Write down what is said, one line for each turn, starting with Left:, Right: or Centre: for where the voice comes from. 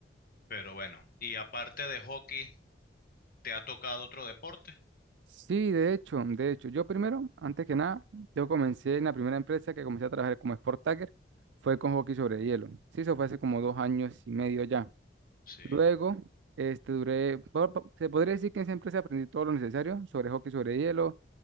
Left: pero bueno, y aparte de hockey, ¿te ha tocado otro deporte?
Right: Sí, de hecho, de hecho, yo primero, antes que nada, yo comencé en la primera empresa que comencé a trabajar como Sport Tagger, fue con hockey sobre hielo. Sí, eso fue hace como dos años y medio ya.
Left: Sí,
Right: Luego, este, duré, po- po- se podría decir que en esa empresa aprendí todo lo necesario sobre hockey sobre hielo.